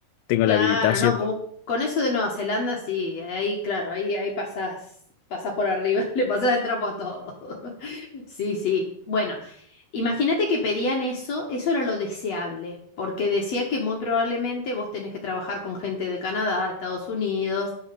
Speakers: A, on the left (about 85°); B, on the left (about 55°).
A: tengo
B: claro,
A: la habilitación.
B: no, como con eso de Nueva Zelanda, sí, ahí, claro, ahí, ahí pasás, pasás por arriba, <laughs> le pasás el trapo a todo. <laughs> Sí, sí. Bueno, imagínate que pedían eso, eso era lo deseable, porque decía que muy probablemente vos tenés que trabajar con gente de Canadá, de Estados Unidos,